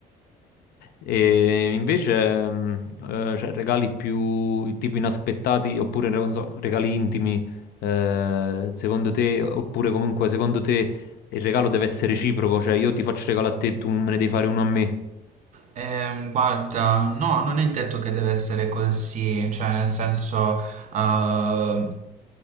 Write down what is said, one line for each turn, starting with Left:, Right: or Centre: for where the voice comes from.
Left: E invece, mm, eh, cioè, regali più tipo inaspettati oppure non so, regali intimi, eh, secondo te, oppure comunque secondo te il regalo deve essere reciproco, cioè io ti faccio regalo a te e tu me ne devi fare uno a me.
Right: Ehm, guarda, no, non è detto che deve essere così, cioè nel senso, eh,